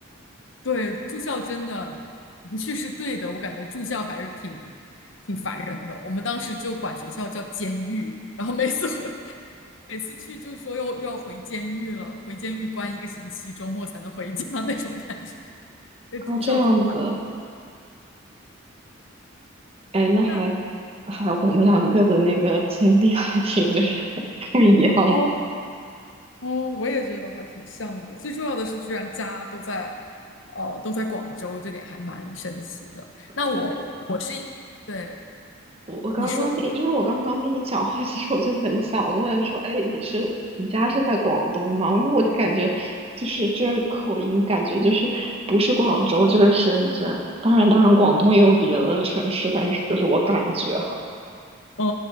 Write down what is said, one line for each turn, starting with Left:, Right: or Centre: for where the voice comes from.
Left: 对，住校真的不去是对的，我感觉住校还是挺挺烦人的。我们当时就管学校叫监狱，然后每次回 <laughs> 每次去就说又又要回监狱了，回监狱关一个星期，周末才能回家 <laughs> 那种感觉。这住校挺烦。
Right: 哦，这样子，哎，那还
Left: 那
Right: 还我们两个的那个经历还挺 <laughs> 这样，
Left: 哦哦，我也觉得还挺像的。最重要的是，居然家都在哦都在广州，这点还蛮神奇的。那我我是因对
Right: 对，我我刚刚听，
Left: 你说。
Right: 因为我刚刚听你讲话，其实我就很想问说，哎，你是你家是在广东吗？因为我就感觉就是这个口音，感觉就是不是广州就是深圳。当然，当然，广东也有别的城市，但是就是我感觉哈，
Left: 嗯